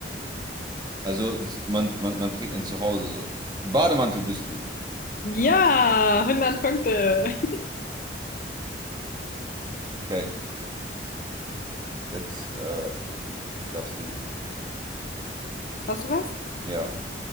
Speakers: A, on the right (about 25°); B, on the left (about 50°).
A: Also man, man, man trägt ein Zuhause so. Ein Bademantel bist du.
B: Ja, Hundert Punkte. <laughs>
A: Okay. Jetzt äh, darfst du.
B: Hast du was?
A: Ja,